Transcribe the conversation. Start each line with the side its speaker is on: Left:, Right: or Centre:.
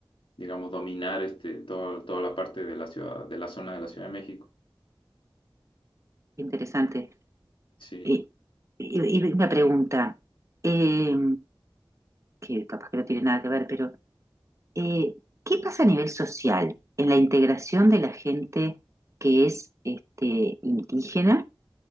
Left: digamos, dominar este, todo- toda la parte de la ciudad, de la zona de la Ciudad de México.
Right: interesante.
Left: Sí,
Right: Y, y- y una pregunta, eh, que capaz que no tiene nada que ver, pero... Eh, ¿qué pasa a nivel social en la integración de la gente que es este, indígena